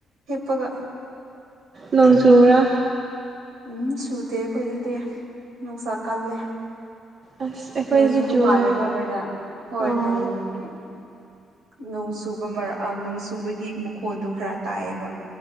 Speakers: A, on the right; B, on the right.
A: ꯍꯤꯞꯄꯒ꯫
B: ꯅꯣꯡꯆꯨꯕ꯭ꯔꯥ꯫
A: ꯎꯝ ꯁꯨꯗꯦ ꯑꯩꯈꯣꯏꯗꯗꯤ ꯅꯨꯡꯁꯥ ꯀꯜꯂꯦ
B: ꯑꯁ ꯑꯩꯈꯣꯏꯗꯗꯤ
A: ꯅꯣꯡ ꯁꯨꯕ
B: ꯆꯨꯋꯦ
A: ꯃꯥꯜꯂꯦꯀꯣ ꯅꯣꯏꯗ ꯍꯣꯏ
B: ꯑꯣ
A: ꯅꯣꯡꯒꯤ ꯅꯣꯡ ꯁꯨꯕ ꯃꯔ ꯅꯣꯡ ꯁꯨꯕꯒꯤ ꯃꯈꯣꯟꯗꯣ ꯈꯔ ꯇꯥꯏꯑꯕ